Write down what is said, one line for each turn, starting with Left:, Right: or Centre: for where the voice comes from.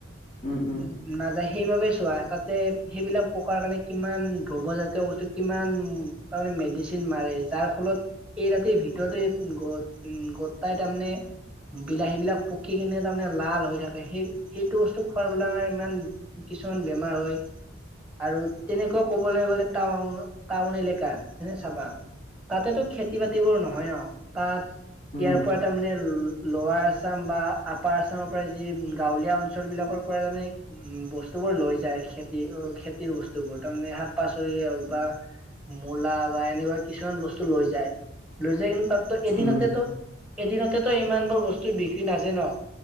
Left: উম
Centre: উ, নাযায় সেইবাবেই চোৱা তাতে সেইবিলাক পকাৰ কাৰণে কিমান দ্ৰব জাতীয় বস্তু, কিমান তাৰমানে মেডিচিন মাৰে যাৰ ফলত এই ৰাতিৰ ভিতৰতে উ' গটাই তাৰমানে, বিলাহী বিলাক পকি কিনে তাৰমানে মানে লাল হৈ থাকে, সেই সেইটো বস্তু খোৱাৰ ব আমাৰ ইমান কিছুমান বেমাৰ হয়, আৰু তেনেকুৱা কবলৈ গ'লে টাউন টাউন এলেকাত, যেনে চাবা, তাতেতো খেতি বাতিবোৰ নহয় ন, তাত
Left: উম
Centre: ইয়াৰ
Left: উম
Centre: পৰা তাৰমানে লোৱাৰ আছাম বা পাৰচামৰ পৰা যি গাঁৱলীয়া অঞ্চল বিলাকৰ পৰা মানে, উ বস্তু বোৰ লৈ যায়, খেতি খেতিৰ বস্তু বোৰ, তাৰমানে শাক পাচলি হওক বা মূলা, বা এনেকুৱা কিছুমান বস্তু লৈ যায় লৈ যায় কিন্তু তাতো এদিনতেতো
Left: উম
Centre: এদিনতেতো ইমান বোৰ বস্তু বিক্ৰী নাজায় ন